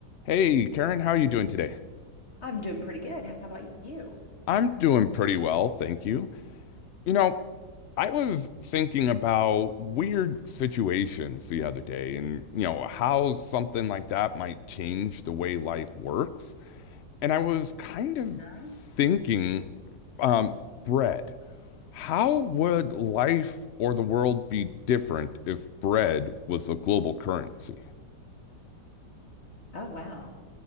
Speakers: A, on the left (about 75°); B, on the left (about 40°).
A: Hey, Karen, how are you doing today?
B: I'm doing pretty good. How about you?
A: I'm doing pretty well, thank you. You know, I was thinking about weird situations the other day and, you know, how something like that might change the way life works. And I was kind of
B: Yeah.
A: thinking, um, bread. How would life or the world be different if bread was a global currency?
B: Oh, wow.